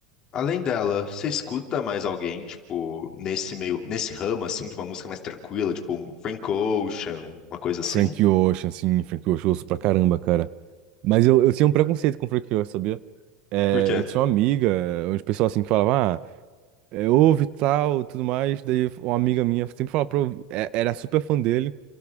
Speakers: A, on the left (about 30°); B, on the right (about 45°).
A: Além dela, você escuta mais alguém, tipo, nesse meio, nesse ramo, assim, de uma música mais tranquila, tipo um Frank Ocean, uma coisa assim?
B: Frank Ocean, assim, Frank Ocean, eu ouço pra caramba, cara. Mas eu, eu tinha um preconceito com Frank Ocean, sabia? É,
A: Por quê?
B: eu tinha uma amiga, onde o pessoal assim que falava, ah, é, ouve e tal, tudo mais. Daí uma amiga minha sempre falava pra eu, ouvir, é- era super fã dele.